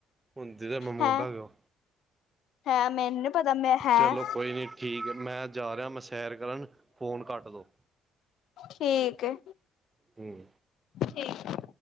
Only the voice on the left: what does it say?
ਹੈ
ਹੈ ਮੈਨੂੰ ਨੀ ਪਤਾ ਮੈਂ ਹੈ
ਠੀਕ ਹੈ।
ਠੀਕ।